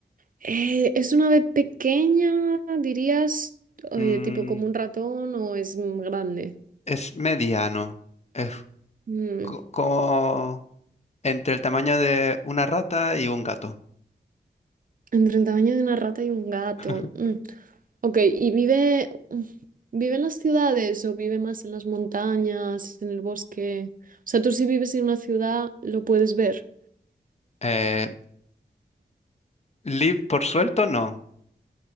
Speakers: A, on the right (about 55°); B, on the left (about 40°).
A: Eh, ¿es una ave pequeña, dirías, oye,
B: Mm,
A: tipo como un ratón o es mm, grande?
B: Es mediano. Es
A: Mm,
B: co- como entre el tamaño de una rata y un gato.
A: Entre el tamaño de una rata y un gato.
B: <laughs>
A: Mm, Ok, ¿y vive, mm, vive en las ciudades o vive más en las montañas, en el bosque? O sea, tú si vives en una ciudad, lo puedes ver.
B: Eh, lib por suelto, no.